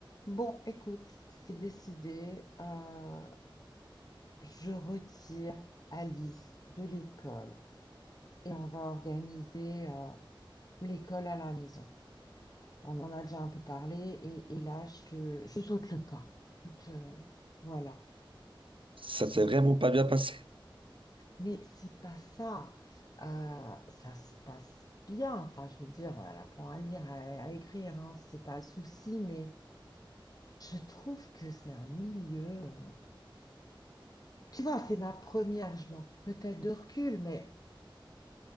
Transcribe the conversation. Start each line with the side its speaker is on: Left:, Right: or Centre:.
Left: Bon, écoute, c'est décidé. euh, je retire Alice de l'école et on va organiser euh, l'école à la maison. On en a déjà un peu parlé et, et là, je te, je saute le pas. Écoute, euh, voilà,
Right: Ça
Left: c'est...
Right: s'est vraiment pas bien passé.
Left: Mais c'est pas ça. Euh, ça se passe bien. Enfin, je veux dire, elle apprend à lire, à, à écrire, hein, c'est pas le souci, mais je trouve que c'est un milieu. euh, Tu vois, c'est ma première, je manque peut-être de recul, mais